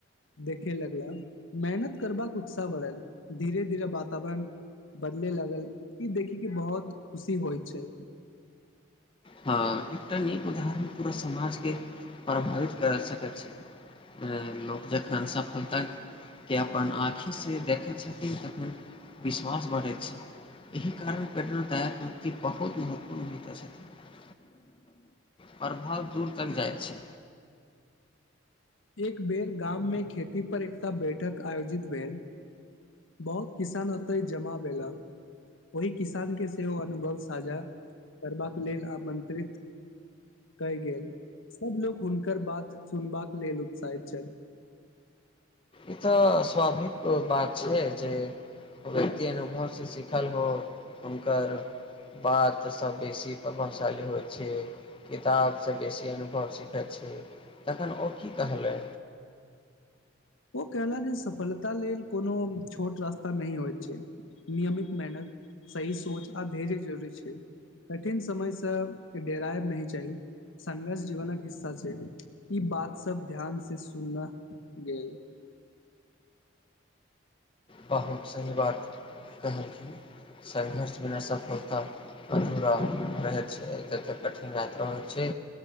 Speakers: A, on the left (about 75°); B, on the left (about 25°).
A: देखे लगला मेहनत करबाक उत्साह बढ़ल धीरे धीरे वातावरण बदले लागल ई देखी के बहुत खुशी होइ छै
B: हँ एकटा नीक उदाहरण पूरा समाजके प्रभावित करि सकैत छै लोक जखन सफलताके अपन आँखिसँ देखैत छथिन तखन विश्वास बढ़ैत छै एहि कारण प्रेरणादायक‌उक्ति बहुत महत्वपूर्ण होइत छथिन प्रभाव दूर तक जाइ छै
A: एक बेर गाम मे खेती पर एकटा बेठक आयोजित भेल बहुत किसान ओते जमा भेला ओहि किसान के सेहो अनुभव साझा करबाक लेल आमंत्रित कय गेल सब लोको हुनकर बात सुनबाक लेल उत्साहित छल
B: ई तऽ स्वाभिक बात छै जे व्यक्ति अनुभवसँ सीखल हो हुनकर बातसँ बेसी प्रभावशाली होइ छै किताबसँ बेसी अनुभव सीखै छै तखन ओ की कहलै
A: ओ कहलक जे सफलता लेल कोनो छोट रास्ता नहि होइत छै नियमित मेहनत सही सोच आ धैर्य जरूरी छै कठिन समयसँ डेरायब नहि चाही संघर्ष जीवनक हिस्सा छै ई बातसभ ध्यानसँ सुनना गेल
B: बहुत सही बात कहलखिन संघर्ष बिना सफलता अधूरा रहै छै जतेक कठिन यात्रा होइ छै